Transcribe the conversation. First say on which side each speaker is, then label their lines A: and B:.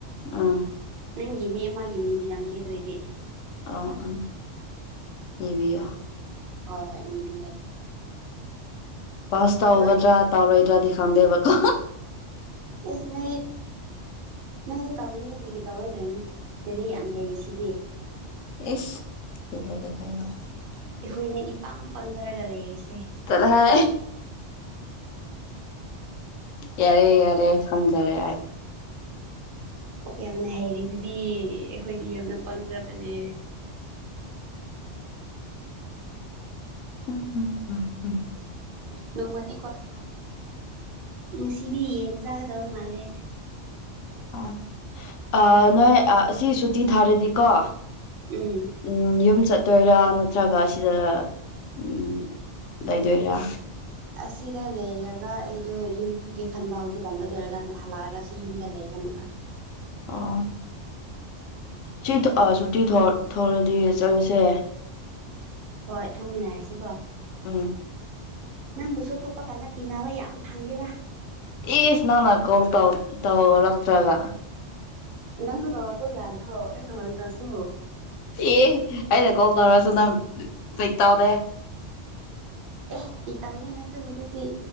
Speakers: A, on the left (about 85°); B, on the right (about 55°).
A: ꯎꯝ
B: ꯅꯪꯒꯤ ꯃꯤ ꯑꯃꯥꯒꯤ ꯅꯤꯕꯤꯔꯝꯒꯦ ꯑꯗꯨ ꯑꯣꯏꯗꯤ
A: ꯑꯥ ꯑꯥ ꯅꯤꯕꯤꯌꯣ
B: ꯍꯣꯏ ꯍꯣꯏ ꯅꯤꯕꯤꯔꯒꯦ
A: ꯄꯥꯁ ꯇꯧꯒꯗ꯭ꯔꯥ
B: ꯅꯣꯏ ꯑꯦ
A: ꯇꯧꯔꯣꯏꯗ꯭ꯔꯥꯗꯤ ꯈꯪꯗꯦꯕꯥꯀꯣ
B: <unintelligible> ꯅꯪꯗꯤ ꯇꯧꯅꯤꯗꯥ ꯀꯔꯤꯒꯤ ꯇꯧꯔꯣꯏꯗꯣꯏꯅꯣ ꯂꯥꯏꯔꯤꯛ ꯌꯥꯝ ꯍꯩꯔꯤ ꯁꯤꯗꯤ
A: <unintelligible>
B: ꯑꯩꯈꯣꯏꯅ ꯏꯄꯥꯡ ꯄꯪꯖꯥꯔꯒ ꯂꯩꯔꯤꯁꯦ
A: ꯇꯠꯂꯥꯍꯦ ꯌꯥꯔꯦ ꯌꯥꯔꯦ ꯈꯪꯖꯥꯔꯦ
B: ꯌꯥꯝꯅ ꯍꯩꯔꯤꯗꯨꯗꯤ ꯑꯩꯈꯣꯏꯗꯤ ꯌꯥꯝꯅꯥ ꯄꯪ ꯖꯥ ꯕꯥꯅꯦ
A: ꯎꯝ ꯎꯝ ꯎꯝ ꯎꯝ
B: ꯅꯣꯡꯃꯥꯗꯤ ꯀꯣ ꯉꯁꯤꯗꯤ ꯌꯦꯟ ꯆꯥꯒꯥꯥꯗꯕ ꯃꯥꯜꯂꯦ
A: ꯑꯣ ꯑꯥ ꯅꯣꯏ ꯑꯁꯤ ꯁꯨꯇꯤ ꯊꯥꯔꯗꯤꯀꯣ
B: ꯎꯝ
A: ꯎꯝ ꯌꯨꯝ ꯆꯠꯇꯣꯏꯔꯥ ꯅꯠꯇ꯭ꯔꯒ ꯁꯤꯗ ꯎꯝ ꯂꯩꯗꯣꯏꯔꯥ
B: ꯑꯁꯤꯗꯥ ꯂꯩꯔꯒꯥ ꯑꯩꯗꯣ ꯌꯨꯝ ꯊꯣꯛꯀꯦ ꯈꯟꯕꯥ ꯍꯧꯖꯤꯛꯀꯥꯟꯗꯣ ꯑꯗꯨ ꯑꯣꯏꯔꯒꯥ ꯍꯜꯂꯛꯔꯥꯒꯥ ꯑꯁꯤ ꯌꯨꯝꯗ ꯂꯩꯒꯦ ꯑꯃꯨꯛꯀꯥ
A: ꯑꯣ ꯁꯤ ꯁꯨꯇꯤ ꯊꯣꯛꯔꯥꯗꯤ ꯆꯠꯁꯦ
B: ꯍꯣꯏ ꯊꯣꯛꯃꯤꯟꯅꯔꯥꯁꯤꯀꯣ
A: ꯎꯝ
B: ꯅꯪꯕꯨ ꯊꯣꯛ ꯄꯥ ꯀꯥꯟꯗ ꯇꯤꯟꯅꯕ ꯌꯥꯝ ꯐꯪꯗꯦꯗꯥ
A: ꯏꯁ ꯅꯪꯅꯥ ꯀꯣꯜ ꯇꯧ ꯇꯧꯔꯛꯇꯔꯥꯒꯥ
B: ꯅꯪꯁꯨ ꯇꯧꯔꯛꯄꯥ ꯌꯥꯗ꯭ꯔꯣ ꯑꯩ ꯇꯧꯔꯛꯇ꯭ꯔꯥꯁꯨ
A: ꯑꯦ ꯑꯩꯅ ꯀꯣꯜ ꯇꯧꯔꯁꯨ ꯅꯪ <unintelligible> ꯇꯧꯗꯦ
B: ꯑꯦ ꯄꯤꯛ ꯇꯧꯕꯥꯅꯦ ꯅꯪꯁꯨ ꯍꯨꯖꯤꯛꯇꯤ